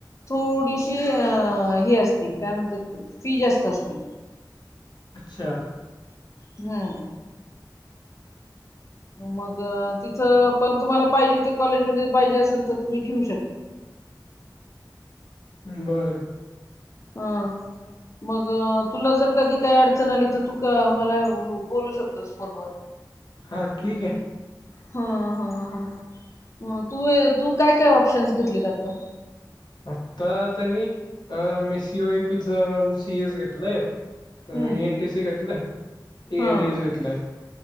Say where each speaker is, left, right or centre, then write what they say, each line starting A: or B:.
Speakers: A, on the left; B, on the left.
A: थोडीशी अ हे असती. काय म्हणतात फी जास्त असती.
B: अच्छा.
A: हो. मग तिथं पण तुम्हाला पाहिजे ते कॉलेज पाहिजे असेल तर तुम्ही घेऊ.
B: बरं.
A: अ. मग तुला जर कधी काही अडचण आली तर तू का मला बोलू शकतो. फोन वर.
B: हा ठीक आहे.
A: हा ह ह तू तू काय काय ऑप्शन्स घेतलीत आता.
B: आत्ता तरी अ मी सीओई पीच सीएस घेतलंय. अ
A: हम्म.
B: एन टी सी घेतलय इ
A: हा
B: ए टी एस घेतलाय